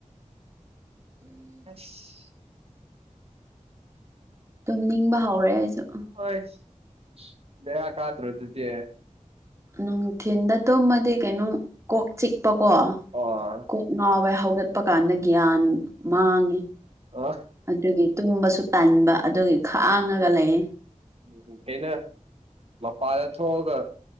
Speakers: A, on the right (about 50°); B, on the right (about 20°).
A: ꯅꯠꯁ
B: ꯇꯨꯝꯅꯤꯡꯕ ꯍꯧꯔꯦ ꯑꯩꯖꯨ
A: ꯍꯣꯏꯁ ꯕꯦꯔꯥ ꯀꯥꯗ꯭ꯔꯣ ꯑꯗꯨꯗꯤ
B: ꯅꯨꯡꯊꯤꯟꯗ ꯇꯨꯝꯃꯗꯤ ꯀꯩꯅꯣꯝ ꯀꯣꯛ ꯆꯤꯛꯄꯀꯣ
A: ꯑꯣ
B: ꯀꯣꯛ ꯉꯥꯎꯋꯦ ꯍꯧꯒꯠꯄ ꯀꯥꯟꯗ ꯒ꯭ꯌꯥꯟ ꯃꯥꯡꯉꯤ
A: ꯑ
B: ꯑꯗꯨꯒꯤ ꯇꯨꯝꯕꯁꯨ ꯇꯟꯕ ꯑꯗꯨꯒꯤ ꯈꯥꯡꯉꯒ ꯂꯩ
A: ꯎꯝ ꯎꯝ ꯀꯩꯩꯅꯣ ꯃꯄꯥꯟꯗ ꯊꯣꯛꯑꯒ